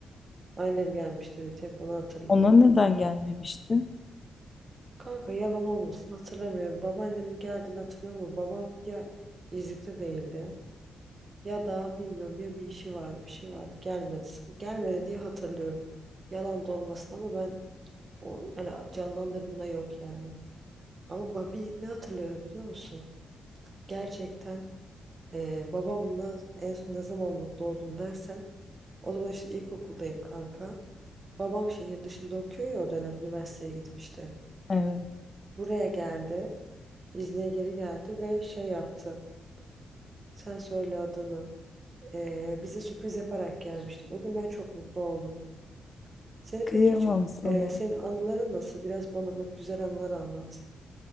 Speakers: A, on the right; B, on the left.
A: Annem gelmişti bir tek onu hatırlıyorum.
B: ona neden gelmemişti?
A: Kanka yalan olmasın hatırlamıyorum. Babaannemin geldiğini hatırlamıyorum. Babam ya İzlik'te değildi. Ya da bilmiyorum ya bir işi vardı bir şey vardı gelmedi. Gelmedi diye hatırlıyorum. Yalan da olmasın ama ben o yani canlandırdığımda yok yani. Ama ba- bir ne hatırlıyorum biliyor musun? Gerçekten e, babamla en son ne zaman mutlu oldun dersen o zaman işte ilkokuldayım kanka. Babam şehir dışında okuyor ya o dönem üniversiteye gitmişti.
B: Evet.
A: Buraya geldi. İzniye geri geldi ve şey yaptı. Sen söyle adını. e, bize sürpriz yaparak gelmiştim. O gün ben çok mutlu oldum. Senin
B: Kıyamam
A: peki hiç
B: sana.
A: e, senin anıların nasıl? Biraz bana böyle güzel anılar anlat.